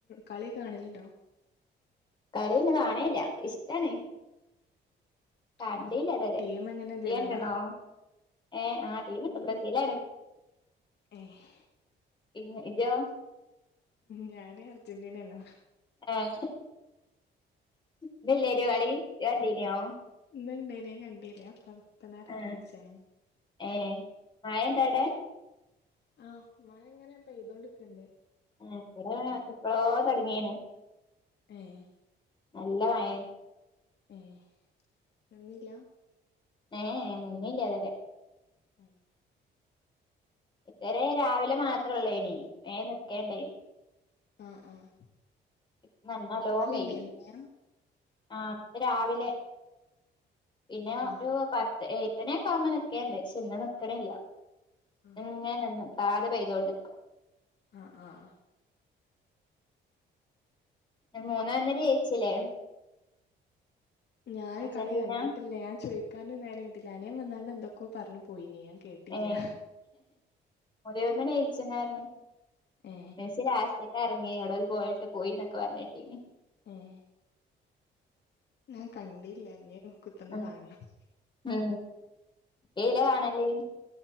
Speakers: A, on the left (about 60°); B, on the left (about 25°).
A: കളി കാണലുണ്ടോ?
B: കളിയൊന്നും കാണേല്ല ഇഷ്ട്ടാണ് കണ്ടീല്ലാ
A: ആ
B: ഇതോവരെ
A: ടീം അങ്ങനെ എന്തേലുണ്ടോ
B: ഈയണ്ടീണോ? ഏഹ് ആഹ് ടീമിണ്ട്
A: ഇല്ല
B: ബ്രസീലാണ്
A: ഏഹ്
B: ഇങ്ങ് ഇജോ?
A: ഞാന് അർജന്റീനേണ്
B: ഏഹ് ഇന്നില്യേനൊ കളി ഇജണ്ടീന്യോ?
A: ഇന്ന് ഇണ്ടേനി ഞാം കണ്ടീല്യ ഞാപ്പ ഇപ്പന്നാരെ
B: ആഹ്
A: ഒർങ്ങീച്ചാണെ
B: ഏഹ് മയണ്ടാടെ?
A: ആഹ് മയങ്ങനെ പെയ്തോണ്ട്ക്കീണ്ട്
B: ആഹ് ബടെ എപ്പളോ തൊട്ങ്ങീണ്
A: ഏഹ്
B: നല്ല മയെ
A: ഏഹ് നിന്നില്ല
B: ഏയേ നിന്നീല്ലതരെ
A: ഏഹ്
B: ഇതരെ രാവിലെ മാത്രൊള്ളേനി മേം നിക്കേണ്ടേനി
A: ആഹ് ആഹ്
B: ഇപ്പം നല്ലോം
A: ഇന്നലെണ്ടേനിയോ
B: പെയ്യ്ണ്ട്
A: മയ
B: ആഹ് ഇന്ന് രാവിലെ പിന്നെ
A: ആഹ്
B: ഒരു പത്ത് എ എട്ടണ്യൊക്കാമ്പം നിക്കേണ്ട് പക്ഷെന്ന് നിക്ക്ണില്ല
A: ആഹ്
B: ഇന്ന്ങ്ങനെ നികാതെ പെയ്തോണ്ട്ക്ക
A: ആഹ് ആഹ് ആഹ്
B: പിന്നെ മൂന്ന് ഒന്നില് ജയിച്ചിലേ
A: ഞാന്
B: അർജന്റീന
A: കളി കണ്ടിട്ടില്ല ഞാൻ ചോയ്ക്കാനുംനേരം കിട്ടില്ല അനിയൻ വന്നാണ്ടെന്തൊക്കോ പർഞ്ഞു പോയിനീ ഞാൻ കേട്ടില്ല
B: ഏഹ് മൂന്നേ ഒന്നിന് ജയ്ച്ച്ണാർഞ്ഞ്
A: ഏ
B: മെസ്സി ലാസ്റ്റിക്കെർങ്ങി ഇങ്ങട്ടൊരു ഗോള്ട്ട് പോയീന്നൊക്കെ പർഞ്ഞേട്ടീനി
A: ഏഹ് ഞാൻ കണ്ടീല്ല ഞ്ഞ്കുത്തർന്ന്
B: ഉം
A: കാണ്ണം
B: ഉം എയ്ലാ കാണല്